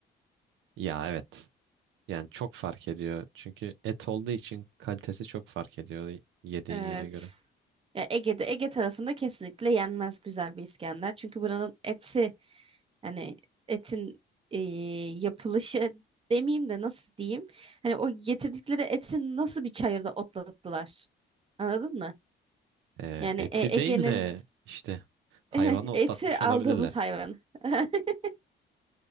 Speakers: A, on the right (about 75°); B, on the right (about 30°).
A: Ya evet. Yani çok fark ediyor. Çünkü et olduğu için kalitesi çok fark ediyor yediğin
B: Evet.
A: yere göre.
B: ya Ege'de Ege tarafında kesinlikle yenmez güzel bir İskender. Çünkü buranın eti hani etin e, yapılışı demeyeyim de nasıl diyeyim? Hani o getirdikleri etin nasıl bir çayırda otlattılar? Anladın mı?
A: E,
B: Yani
A: eti
B: e,
A: değil
B: Ege'nin
A: de işte hayvanı
B: <laughs>
A: otlatmış
B: eti aldığımız
A: olabilirler.
B: hayvan. <laughs>